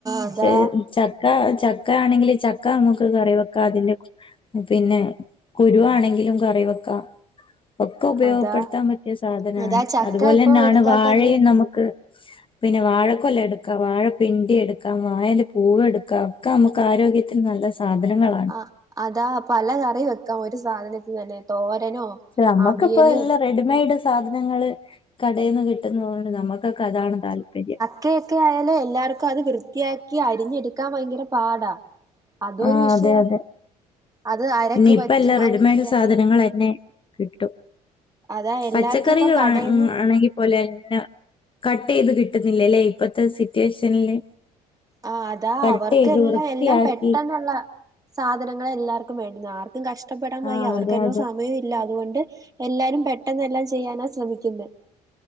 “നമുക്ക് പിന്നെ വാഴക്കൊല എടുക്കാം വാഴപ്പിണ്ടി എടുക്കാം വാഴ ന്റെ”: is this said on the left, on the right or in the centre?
Left